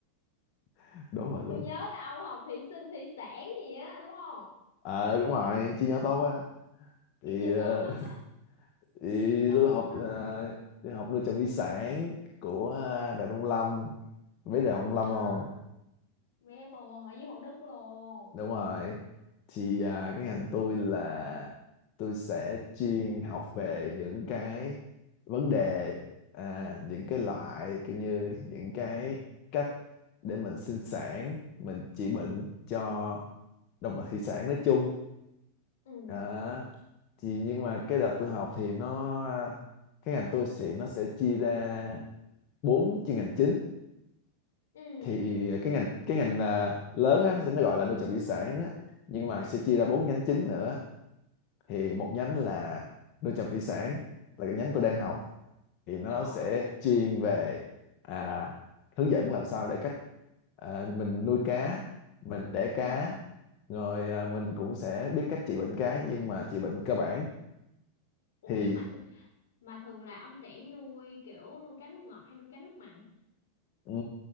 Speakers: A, on the left; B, on the left.
A: <laughs> Đố bà luôn.
B: tôi nhớ là ông học thủy sinh thủy sản gì á đúng không
A: Ờ đúng rồi, chi nhánh tốt á. Thì,
B: chỉ như
A: ờ,
B: tôi <laughs>
A: <laughs> thì
B: sao
A: tôi
B: mà vô
A: học
B: tâm
A: à,
B: được
A: tôi học nuôi trồng thủy sản của à, Đại Nông Lâm biết đại học Nông Lâm
B: à
A: không
B: biết luôn ở dưới Thủ Đức luôn
A: đúng rồi thì à, cái ngành tôi là tôi sẽ chuyên học về những cái vấn đề à, những
B: ừ
A: cái loại kiểu như những cái cách để mình sinh sản mình trị bệnh cho động vật thủy sản nói chung
B: ừ
A: à, thì nhưng mà cái đợt tôi học thì nó à, cái ngành tôi sẽ nó sẽ chia ra bốn chuyên ngành chính
B: ừ
A: thì cái ngành cái ngành à, lớn á, nó sẽ nó gọi là nuôi trồng thủy sản đó nhưng mà sẽ chia ra bốn nhánh chính nữa thì một nhánh là nuôi trồng thủy sản là cái nhánh tôi đang học thì nó
B: ờ
A: sẽ chuyên về à, hướng dẫn làm sao để cách à, mình nuôi cá mình đẻ
B: ừ
A: cá rồi à, mình
B: ừ
A: cũng sẽ biết cách trị bệnh cá nhưng mà trị bệnh cơ bản
B: ủa
A: thì
B: nhưng mà tôi mà thường là ông sẽ nuôi kiểu nuôi cá nước ngọt hay nuôi cá nước mặn
A: Ừm,